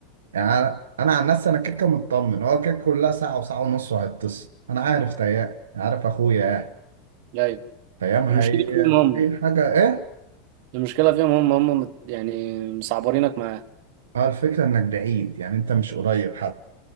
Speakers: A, on the right; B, on the right.
A: يعني أنا أنا عن نفسي أنا كيكة مطمن هو كيكة كلها ساعة وساعة ونص وهيتصل أنا عارف تيام عارف أخويا يعني
B: ايوه
A: تيام هي
B: المشكله فيهم هم
A: أي حاجة إيه؟
B: المشكله فيهم هم هم مت- يعني مصعبرينك معاه
A: هو الفكرة إنك بعيد يعني أنت مش قريب حد